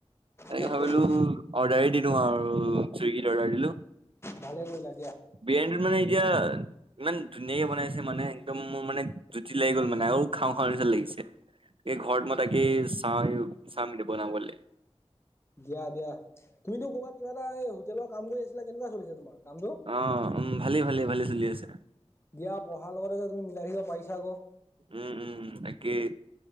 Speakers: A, on the right; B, on the left.
A: এনেকে
B: তাকেইতো
A: ভাবিলো অৰ্ডাৰ দিলো আৰু চুইগীত অৰ্ডাৰ দিলো
B: ভালে কৈলা
A: বি এনড মানে এ ইমান ধুনীয়াকে বনাইছে মানে একদম মোৰ মানে জুতি লাগি গ'ল মানে আৰু খাওঁ খাওঁ নিচা লাগিছে। এই ঘৰত মত কি চ চ ম দিব নাম গলে
B: দিয়া দিয়া তুমিতো ক'ৰবাত কিবা এটা এই হোটেলৰ কাম কৰি আছিলা কেনেকুৱা চলিছে তোমাৰ কামটো
A: অ উ ভালেই ভালেই ভালে চলি আছে
B: দিয়া পঢ়াৰ লগতে যে তুমি মিলাই থাকিবা পাৰিছা আকৌ
A: উম উম একেই